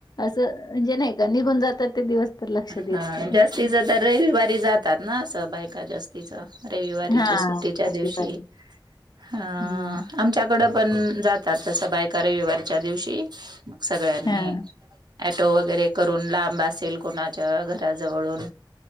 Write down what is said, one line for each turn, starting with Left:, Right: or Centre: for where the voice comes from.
Left: असं म्हणजे नाही का निघून जातात ते दिवस तर लक्ष देत
Right: हा जास्तीच
Left: असं
Right: तर रविवारी जातात ना असं बायका जास्तीच रविवारीचे
Left: हां,
Right: सुट्टीच्या
Left: प्रतिभाताई.
Right: दिवशी अ
Left: हं.
Right: आमच्याकड पण जात तसं बायका रविवारीच्या दिवशी मग सगळ्यांनी
Left: हां,
Right: टो वगैरे करून लांब असेल कोणाच्या घराजवळून